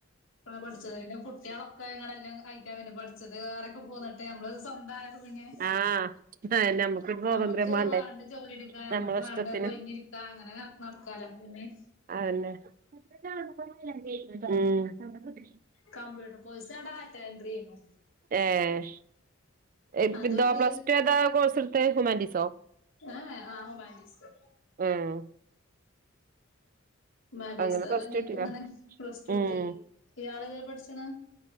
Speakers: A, on the left; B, on the right.
A: പഠിച്ചത് കുട്ടികളൊക്കെ ഇങ്ങളടെെല്ലാം യിറ്റ പിന്നെ പഠിച്ചത് വേറെൊക്കെ പോകന്നട്ട ഞമ്മള് സ്വന്തംൊക്കെ പിഞ്ഞെ
B: ആഹ് അതെന്നെ നമ്മക്കൊരു സ്വാതന്ത്ര്യം
A: നമ്മുക്ക്
B: വാണ്ടേ
A: വേണ്ട ജോലി എടുക്കാ നമ്മക്ക്
B: നമ്മളെ
A: വേണ്ട
B: ഇഷ്ടത്തിന്
A: ഒഴിഞ്ഞിരിക്ക അങ്ങനെക്കാലോ പിന്ന
B: ആ എല്ലരും ഉം
A: കമ്പ്യൂട്ടർ കോഴസ ഡാറ്റ എൻട്രി ചെയ്യോ
B: ഏഹപ്പന്താ
A: അതൊരു
B: പ്ലസ് ടു ഏതാ കോഴ്സ് എടുത്ത ഹുമാൻറ്റീസ
A: ആ ആഹ്യ മാൻ റ്റി സ്
B: ഉം
A: മാൻ്റീസ്
B: അങ്ങനെ
A: അതന്നപ്പ
B: പ്ലസ് ടു കിട്ടീലാ
A: ഇങ്ങനെ പ്ലസ് ടു
B: ഉം
A: ഇട്ടി ഈ ആളത പഠിച്ചാണ്